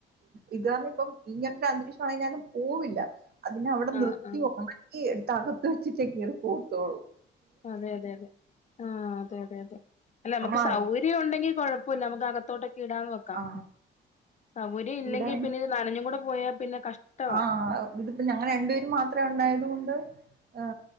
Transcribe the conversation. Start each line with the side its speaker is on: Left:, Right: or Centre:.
Right: ഇത് കാരണം ഇപ്പം ഇങ്ങനത്തെ അന്തരീക്ഷമാണെങ്കിൽ ഞാനും പോവില്ല അതിന അവിടെ
Left: ആ
Right: നൃത്തിയ
Left: ആ
Right: ഉണക്കി എടു തകത്ത് വെച്ചിട്ടേക്ക കേറി പോത്തോളൂ
Left: അതെ അതെ അതെ ആ അതെ അതെ അതെ അല്ല നമുക്ക്
Right: നമ്മള
Left: സൗകര്യം ഉണ്ടെങ്കികൊഴ പോ നമു അകത്തോട്ട് ഇടാന്ന് വേക്കാം
Right: ആ
Left: സൗകര്യം ഇല്ലെങ്കിൽ
Right: ഇവിടെ
Left: പിന്നെ നനഞ്ഞും കൂടെ പോയ പിന്നെ കഷ്ടവാ
Right: ആ ഇതിപ്പോ ഞങ്ങ രണ്ടുപേര മാത്രേ ഉണ്ടായത് കൊണ്ട് ആ